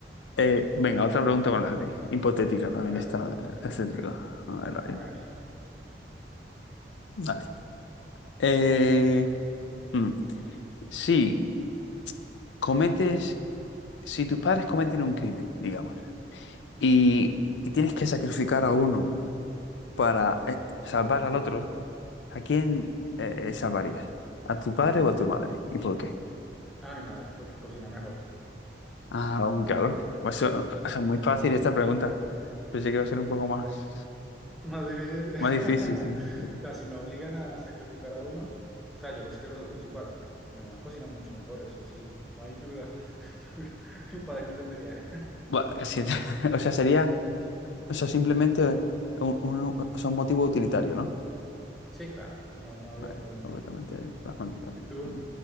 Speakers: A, on the left; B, in the centre.
A: Eh, venga, otra pregunta para ti. Hipotética también
B: A ver,
A: está. Este tipo. A ver, a
B: a
A: ver.
B: ver.
A: Dale. Eh, mm, si cometes, si tus padres cometen un crimen, digamos, y, y tienes que sacrificar a uno para eh, salvar al otro, ¿a quién eh, salvarías? ¿A tu padre o a tu madre? ¿Y por qué?
B: A mi madre, porque cocina mejor.
A: Ah, aún claro. Pues Eso, eso es muy fácil esta pregunta. Pensé que iba a ser un poco más,
B: Más difícil. <laughs>
A: más difícil. sí, sí, sí.
B: O sea, si me obligan a sacrificar a uno, o sea, yo los quiero a los dos igual, pero mi mamá cocina mucho mejor, eso sí, no hay duda. <laughs> Mi padre entendería.
A: Bueno, sí, <laughs> o sea, sería, o sea, simplemente un, un- o sea, un motivo utilitario, ¿no?
B: Sí, claro, no, no habría
A: Vale,
B: otro motivo.
A: completamente pragmático.
B: ¿Y tú?
A: Mm,